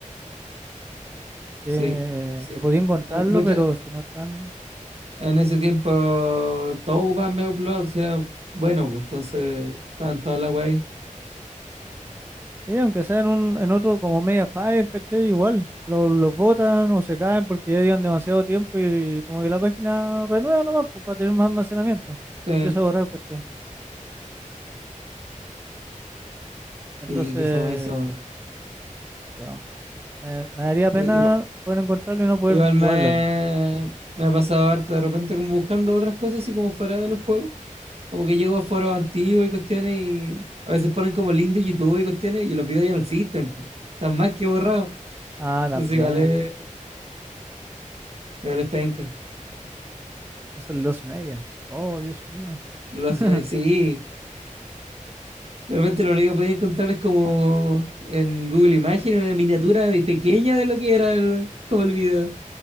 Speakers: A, on the right; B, on the right.
A: que,
B: sí, sí.
A: que podía encontrarlo,
B: Mu- mucha-
A: pero si no están
B: En ese tiempo todo ocupaban Mega Upload, si era bueno, pues, entonces estaban todas las weas ahí.
A: Sí, aunque sea en, un, en otro como media fire, ¿cachai? Igual, lo- los botan o se caen porque ya llevan demasiado tiempo y como que la página renueva nomás pues, para tener más almacenamiento
B: Sí,
A: y empieza a borrar cuestión. Entonces,
B: Y que fue eso.
A: no, me, me daría pena
B: I- Igual,
A: poder encontrarlo y no poder
B: igual me,
A: jugarlo, ¿no?
B: me pasaba harto de repente como buscando otras cosas así como fuera de los juegos. Como que llego a foros antiguos y cuestiones y a veces ponen como link de YouTube y cuestiones y los videos ya no existen, pues. Están más que borrados.
A: Ah, también,
B: Entonces igual es, igual es penca.
A: eso es los media. Oh, Dios mío.
B: Los,
A: <laughs>
B: me- sí. De repente lo único que podía encontrar es como en Google Imagen una miniatura de pequeña de lo que era el, como el video,